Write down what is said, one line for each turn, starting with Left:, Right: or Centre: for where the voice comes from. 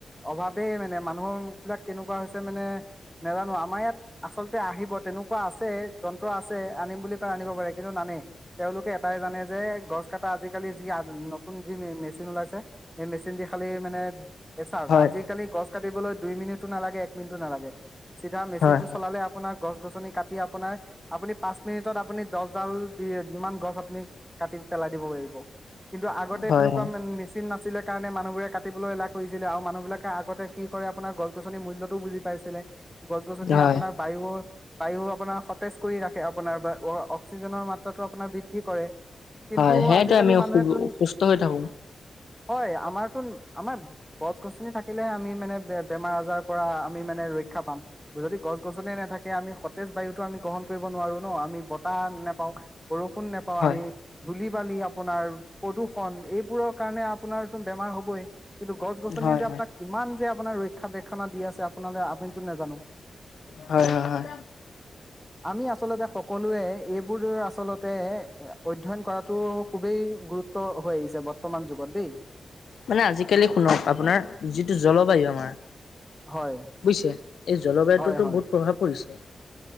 Centre: অভাৱেই মানে মানুহ বিলাক কেনেকুৱা হৈছে, মানে নাজানো আমাৰ ইয়াত আচলতে আহিব তেনেকুৱা আছে, যন্ত্ৰ আছে। আনিম বুলি কয় আনিব পাৰে। কিন্তু নানেই তেওঁলোকে এটাই জানে যে গছ কটা আজিকালি যি নতুন যি মেচিন ওলাইছে সেই মেচিন দি খালি মানে এ, চাওক
Left: হয়
Centre: আজিকালি গছ? কাটিবলৈ দুই মিনিটো নালাগে, এক মিনিটো নালাগে। চিধা মেচিন
Left: হয় হয়
Centre: টো চলালে আপোনাক? গছ-গছনি কাটি আপোনাৰ, আপুনি পচ মিনিটত আপুনি দহ ডাল যিমান গছ আপুনি কাটি পেলাই দিব পাৰিব। কিন্তু আগতে
Left: হয়
Centre: তেনেকুৱা মেচিন নাছিল নাছিলে কাৰণে মানুহবোৰে কাটিবলৈ এলা কৰিছিলে, আৰু মানুহ বিলাকে আগতে কি কৰে, আপোনাৰ গছ গছনিৰ মূল্যটোও বুজি পাইছিলে। গছ, গছনি
Left: হয়
Centre: আপোনাৰ বায়ুৰ বায়ু আপোনাৰ সতেজ কৰি ৰাখে, আপোনাৰ বা, অ। অক্সিজেনৰ মাত্ৰাটো আপোনাৰ বৃদ্ধি কৰে। কিন্তু
Left: হয় সেইটোৱে
Centre: আজিকালি
Left: আমি
Centre: মানুহ
Left: সু
Centre: চোন
Left: সুস্থ হৈ থাকো
Centre: হয়, আমাৰতো আমাৰ গছ-গছনি থাকিলেহে, আমি মানে বেমাৰ আজাৰৰ পৰা আমি মানে ৰক্ষা পাম। যদি গছ গছনিে নাথাকে আমি সতেজ বায়ুতো আমি গ্ৰহণ কৰিব নোৱাৰো ন। আমি ব তা, নেপাও। বৰষুণ নেপাওঁ,
Left: হয়
Centre: আমি ধূলি। আপোনাৰ প্ৰদূষণ এইবোৰ কাৰনে আপোনাৰতোন বেমাৰ হ'বই, কিন্তু গছ-গছনিয়
Left: হয়
Centre: যে
Left: হয়
Centre: আপোনাক কিমান? যে আপোনাৰ ৰক্ষাবেক্ষণা দি আছে আপোনালৈ আপুনিতো নেজানো।
Left: হয় হয় হয়।
Centre: আমি আচলতে সকলোৱে? এইবোৰ আ আচলতে অধ্যয়ন কৰাতটো খুবেই গুৰুত্ব। ত্ব হৈ আহিছে বৰ্তমান যুগত দেই।
Left: মানে আজিকালি শুনক আপোনাৰ যিটো জলবায়ু আমাৰ
Centre: হয়
Left: বুজিছে? এই জলবায়ুততো
Centre: হয় হয়
Left: বহুত প্ৰভাৱ পৰিছে।